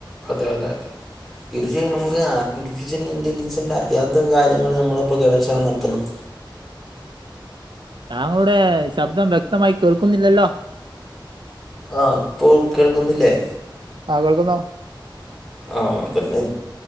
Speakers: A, in the centre; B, on the right.
A: അതെ അതെ അതെ ഇത് ചെയ്യണെങ്കെ ആർട്ടിഫിഷ്യൽ ഇന്റലിജൻസിന്റെ അറിയാത്ത കാര്യങ്ങള് നമ്മളപ്പോ ഗവേഷണം നടത്തണം
B: താങ്കളുടെ ശബ്ദം വ്യക്തമായി കേൾക്കുന്നില്ലല്ലോ
A: ആഹ് ഇപ്പൊൾ കേൾക്കുന്നില്ലേ
B: ആഹ് കേൾക്കുന്നു
A: ആഹ് തന്നെ